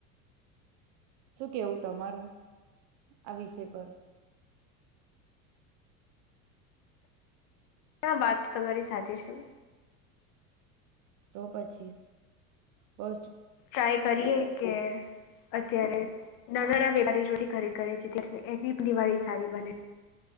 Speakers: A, on the right; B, on the left.
A: શું કેવું તમારું આ વિષય પર
B: આ વાત તો તમારી સાચી છે
A: તો પછી બ
B: ટ્રાય કરીએ કે અત્યારે નાના નાના વેપારી જોથી ખરીદ કરે છે ત્યારે એની દિવાળી સારી બને